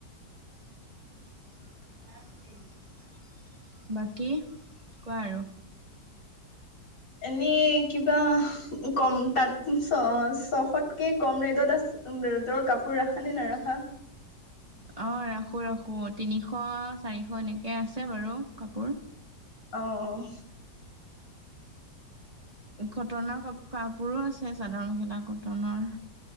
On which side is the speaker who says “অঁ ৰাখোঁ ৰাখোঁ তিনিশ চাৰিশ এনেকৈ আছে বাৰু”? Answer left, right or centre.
Right